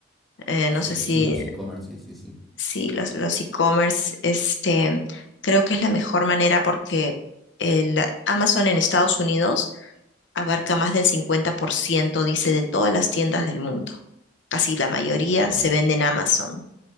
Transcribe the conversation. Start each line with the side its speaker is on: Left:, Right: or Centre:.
Left: Eh,
Centre: Sí,
Left: no sé si,
Centre: sí, los e-commerce, sí, sí, sí.
Left: si los, los e-commerce, este, creo que es la mejor manera porque el Amazon en Estados Unidos abarca más del 50%, dice, de todas las tiendas del mundo. Casi la mayoría
Centre: Wow.
Left: se vende en Amazon.